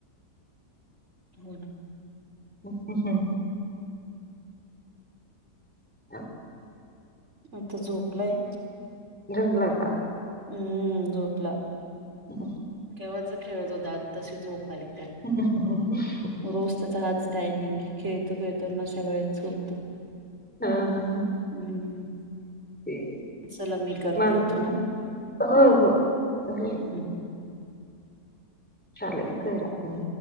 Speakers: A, on the right; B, in the centre.
A: हो ना.
B: <inaudible> <inaudible>
A: आता झोपलाय.
B: जिंगला का?
A: हम्म, झोपला
B: हां,
A: केव्हाच खेळत होता आत्ताशी झोप आली त्याला.
B: <inaudible>
A: रोज त्याचा हाच टाइमिंग आहे, खेळतो खेळतो अन अशा वेळेच झोपतो.
B: हा हा.
A: हम्म.
B: <unintelligible>
A: चला मी करते इथून ह
B: चालेल करा फोन.